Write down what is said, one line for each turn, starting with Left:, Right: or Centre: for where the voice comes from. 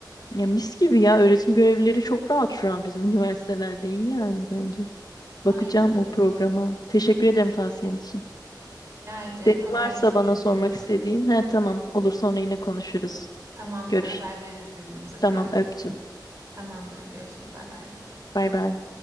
Left: Ya mis gibi ya öğretim görevlileri çok rahat şu an bizim <laughs> üniversitelerde iyi yani bence.
Right: Aynen
Left: Bakacağım
Right: öyle.
Left: o programa. Teşekkür ederim tavsiyen için.
Right: Rica ederim
Left: Senin
Right: haberleşiriz
Left: varsa bana sormak
Right: yine.
Left: istediğin. He tamam olur sonra yine konuşuruz.
Right: Tamamdır
Left: Görüş.
Right: haber veririz birbirimize
Left: Tamam
Right: tarih.
Left: öptüm.
Right: Tamamdır görüşürüz bay bay.
Left: Bay bay.